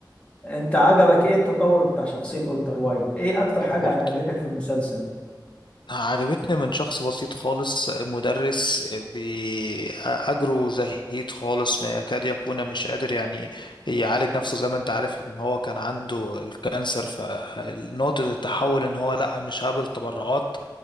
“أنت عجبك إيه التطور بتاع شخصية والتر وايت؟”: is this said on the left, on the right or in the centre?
Left